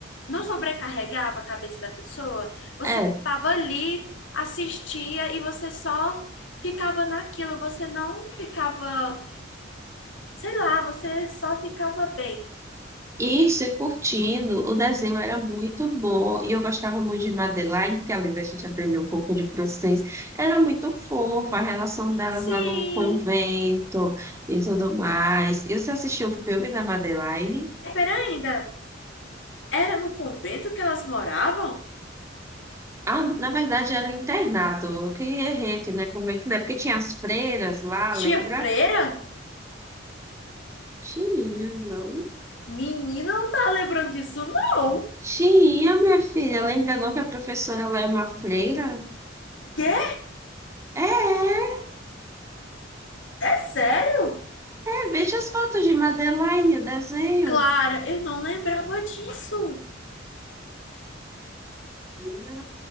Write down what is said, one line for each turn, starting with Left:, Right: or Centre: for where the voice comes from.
Left: não sobrecarregava a cabeça da pessoa. Você
Right: É,
Left: tava ali, assistia e você só ficava naquilo, você não ficava, sei lá, você só ficava bem.
Right: Isso, e curtindo. O desenho era muito bom. E eu gostava muito de Madeleine, que além da gente aprender um pouco de francês, era muito fofa a relação delas
Left: Sim,
Right: lá no convento e tudo mais. E você assistiu o filme da Madeleine?
Left: é, peraí, ainda era no convento que elas moravam?
Right: Ah, na verdade era um internato. Eu que errei aqui, né? Convento, né? Porque tinha as freiras lá,
Left: Tinha
Right: lembra?
Left: freira?
Right: Tinha, não?
Left: Menina, não tá lembrando disso, não.
Right: Tinha, minha filha. Lembra não que a professora lá é uma freira?
Left: O quê?
Right: É,
Left: É sério?
Right: é. veja as fotos de Madeleine, o desenho.
Left: Clara, eu não lembrava disso.
Right: Menina,